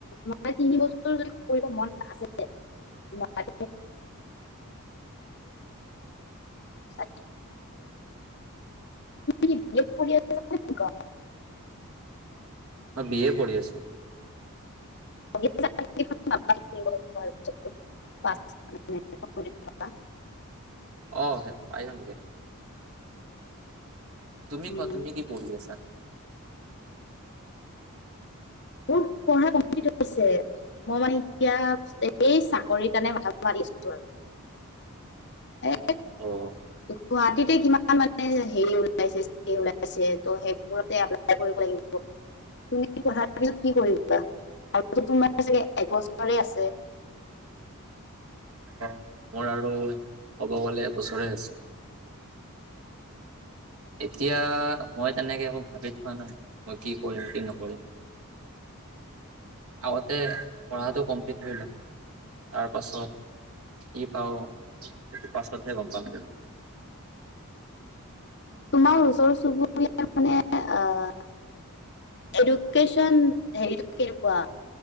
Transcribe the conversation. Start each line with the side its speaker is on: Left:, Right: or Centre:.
Left: মানে তিনি বছৰ যদি কৰিব মন আছে চি মানে চ দিয়েমি নেকি <unintelligible> <unintelligible>
Right: মই বি য়ে পঢ়ি আছো।
Left: <unintelligible>
Right: অ', হে পাই যামগে তুমি
Left: উম,
Right: কোৱা তুমি কি পঢ়ি আছা?
Left: মোৰ পঢ়া কমপ্লিট হৈছে। মই মানে এতিয়া এই চাকৰিৰ কাৰণে মাথা মাৰি আছো আৰু এ
Right: অ',
Left: গুৱাহাটীতে কিমান মানে সেই ওলাইছে, স্কিম ওলাইছে, সেইবোৰতে এপ্লাই কৰিব লাগিব, তুমি পঢ়া পাছত কি কৰিবা? আৰু তোমাৰ ছাগে এবছৰে আছে।
Right: অ, মোৰ আৰু ক'ব গ'লে এবছৰে আছে। এতিয়া, মই তেনেকে একো ভাবি থোৱা নাই। মই কি কৰিম, কি নকৰিম, আগতে পঢ়াটো কমপ্লিট হৈ লক, তাৰ পাছত কি পাওঁ সেটো পাছতহে গম পাম যে।
Left: তোমাৰ ওচৰ চুবুৰীয়াৰ, মানে অহ এডুকেচন হেৰিটো কেনেকুৱা